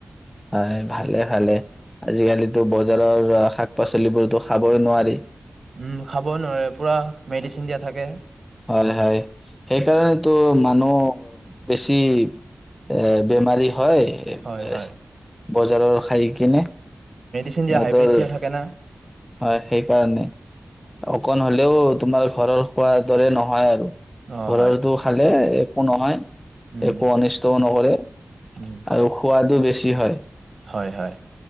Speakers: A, on the left; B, on the right.
A: হয় ভালে। ভালে। আজিকালিত- টো বজাৰৰ শাক-পাচলিবোৰতো খাবই নোৱাৰি।
B: উম খাব‌ই নোৱাৰি, পুৰা মেডিচিন দিয়া থাকে।
A: হয় হয়। সেইকাৰণেতো মানুহ বেছি এ বেমাৰী হয়। এই
B: হয়
A: বাই-
B: হয়
A: বজাৰৰ আহি কিনে,
B: চিন
A: সিহঁতৰ
B: দিয়া হাইব্ৰিড থিয়া থাকে না
A: হয় সেইকাৰণে, অকণ হলেও তোমাৰ ঘৰৰ খোৱাৰ দৰে নহয় আৰু।
B: অ
A: ঘৰৰটো
B: হয়
A: খালে একো নহয়।
B: উম
A: একো অনিষ্টও নকৰে।
B: উম
A: আৰু সোৱাদো বেছ বেছি হয়।
B: হয়, হয়।